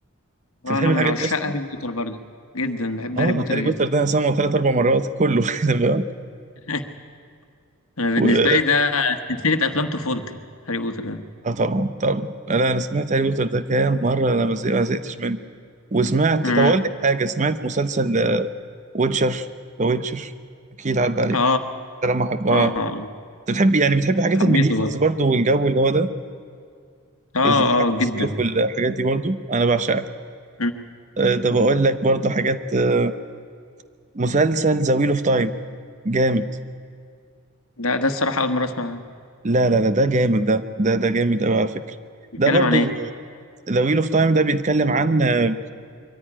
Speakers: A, on the right; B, on the left.
A: انت
B: انا
A: بتحب
B: من
A: الحاجات
B: عشاق
A: دي اصلا؟
B: هاري بوتر برضه جدا بحب
A: اه
B: هاري بوتر
A: هاري
B: جدا
A: بوتر ده انا سامعه ثلاث اربع مرات كله <laughs> فاهم
B: <laughs> انا بالنسبه
A: و...
B: لي ده سلسله افلام طفولتي هاري بوتر ده
A: اه طبعا طبعا انا انا سمعت هاري بوتر ده كام مره انا ما زي- ما زهقتش منه وسمعت
B: امم
A: طب اقول لك حاجه سمعت مسلسل ويتشر ذا ويتشر اكيد عدى عليك
B: اه
A: ده لما حب اه
B: اه آه.
A: انت بتحب يعني بتحب حاجات
B: حبيته
A: الميديفلز
B: برضه
A: برضو والجو اللي هو ده
B: اه
A: إز-
B: اه
A: حاجات السيوف
B: جدا
A: والحاجات دي برضو انا بعشقها
B: مم.
A: آه، طب اقول لك برضو حاجات آه، مسلسل ذا ويل اوف تايم جامد
B: ده ده الصراحه اول مره اسمع عنه
A: لا لا لا ده جامد ده ده ده جامد قوي على فكرة
B: بيتكلم
A: ده برضو
B: عن ايه
A: ذا ويل اوف تايم ده بيتكلم عن آه،